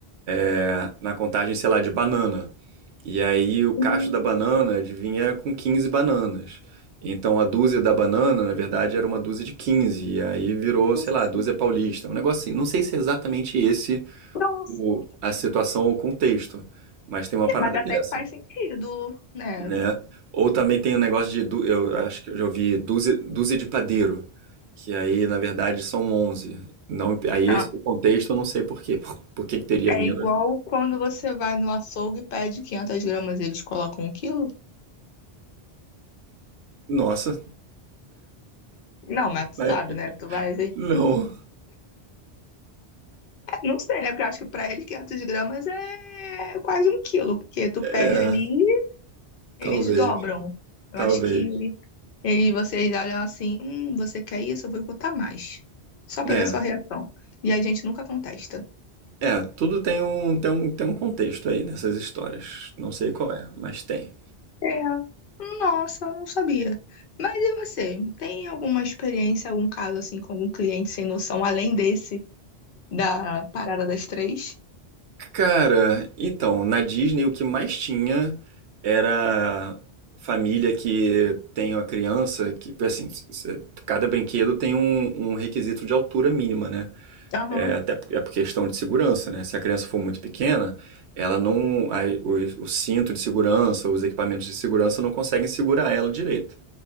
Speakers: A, on the right; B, on the left.
A: é, na contagem, sei lá, de banana. E aí o cacho
B: Hum,
A: da banana adivinha é com 15 bananas. Então a dúzia da banana, na verdade, era uma dúzia de quinze E aí virou,
B: nossa.
A: sei lá, dúzia paulista. Um negócio assim. Não sei se é exatamente esse
B: Nossa.
A: o, a situação ou o contexto, mas tem uma parada
B: É, mas até
A: dessa,
B: que faz sentido, né?
A: né? Ou também tem o um negócio de, dú- eu acho que eu já ouvi, dúzia, dúzia de padeiro. Que aí, na verdade, são onze Não, aí esse
B: Tá.
A: contexto eu não sei por quê. Por, por que que teria
B: É
A: menos?
B: igual quando você vai no açougue e pede 500 gramas, eles colocam um quilo.
A: Nossa,
B: Não, mas tu
A: mas
B: sabe, né? Tu vai assim.
A: não.
B: É, Não sei, né? Porque eu acho que pra eles 500 gramas é quase um quilo, porque tu
A: É,
B: pede ali,
A: talvez.
B: eles dobram. Eu
A: Talvez.
B: acho que eles, vocês olham assim: hum, você quer isso? Eu vou botar mais. Só pra
A: É.
B: ver sua reação. E a gente nunca contesta.
A: É, tudo tem um, tem um, tem um contexto aí nessas histórias. Não sei qual é, mas tem.
B: É. Nossa, não sabia. Mas e você? Tem alguma experiência, algum caso assim com algum cliente sem noção, além desse da parada das três?
A: Cara, então, na Disney o que mais tinha era família que tem uma criança que, assim, c- cada brinquedo tem um, um requisito de altura mínima, né?
B: Aham.
A: É, até por- é por questão de segurança, né? Se a criança for muito pequena, ela não, a- o, o cinto de segurança, os equipamentos de segurança não conseguem segurar ela direito.